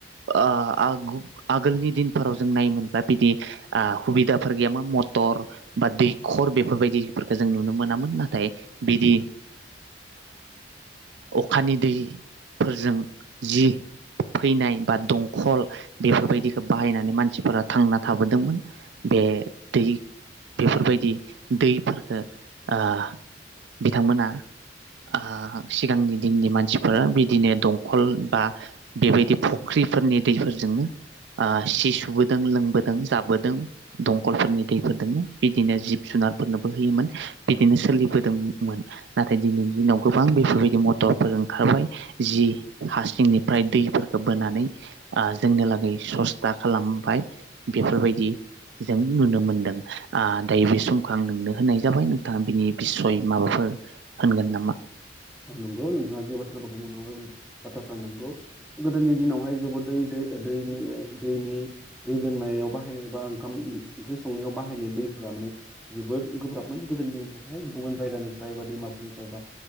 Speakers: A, on the right; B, in the centre.
A: आ आगोलनि दिनफोराव जों नायोमोनबा बिदि आ सुबिदाफोर गैयामोन मथर बा दैखर बेफोरबायदि फोरखो जों नुनो मोनामोन नाथाय बिदि ओ अखानि दैफोरजों जि फैनाय बा दंखल बेफोरबायदिखौ बाहायनानै मानसिफोरा थांना थाबोदोंमोन बे दै बेफोरबायदि दैफोरखौ ओ बिथांमोना ओ सिगांनि दिननि मानसिफोरा बिदिनो दं। खल बा बेबायदि फुख्रिफोरनि दैफोरजोंनो सि सुबुबोदों लोंबोदों जाबोदों दंखलफोरनि दैफोरजोंनो बिदिनो जिब जुनारफोरनोबो होयोमोन बिदिनो सोलिबोदोंमोन नाथाय दिनैनि दिनाव गोबां बेफोरबायदि मटरफोर ओंखारबाय जि हासिंनिफ्राय दैफोरखौ बोनानै जोंनि लागै सस्था खालामबाय बेफोरबायदि जों नुनो मोनदों दायो बे समखौ आं नोंनो होननाय जाबाय नोंथाङा बिनि बिसय माबाफोर होनगोन नामा?
B: नंगौ नोंथांआ जि बाथ्राखौ <unintelligible> बाथ्राफ्रा नंगौ गोदोनि दिनावहाय जोबोद दै दैनि दैनि दैनि दै लोंनायाव बाहायनाय बा। ओंखाम ओंख्रि संनायाव बाहायनाय दैफोरा माने जोबोद गोब्राबमोन गोदोनि दिनफ्रावहाय गुबुन जायगानिफ्राय बा दैमाफोरनि बबा।